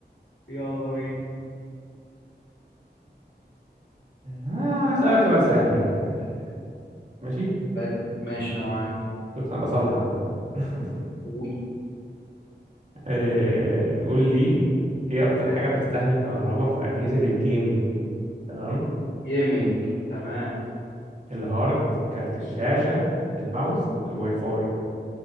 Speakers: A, on the left; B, on the right.
A: يلا بينا
B: آه، هسألك سؤال سهل يعني ماشي
A: حلو ماشي انا معاك
B: شوف أنا بصلحك أهو <laughs>
A: وي
B: آه، قول لي إيه أكتر حاجة بتستهلك كهرباء في أجهزة الجيمنج تمام
A: جيمنج تمام
B: مم. الهارد كارت الشاشة الماوس الواي فاي